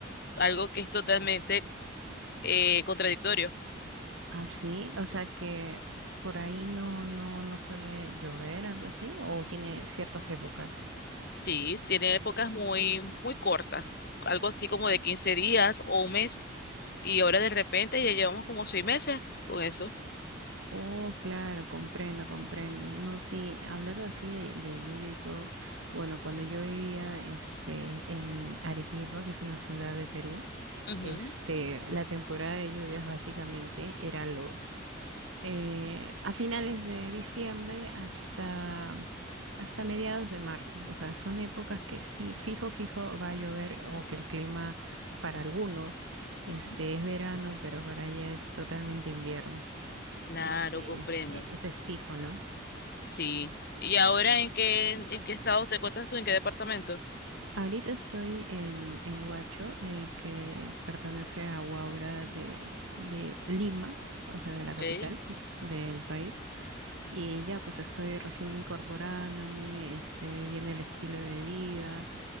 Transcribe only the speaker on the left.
algo que es totalmente eh, contradictorio.
Sí, tiene épocas muy muy cortas, algo así como de 15 días o un mes, y ahora de repente ya llevamos como seis meses con eso.
Ujú,
ujú.
Claro,
comprendo.
Sí. ¿Y ahora en qué en qué estado te encuentras tú? ¿En qué departamento?
Ok,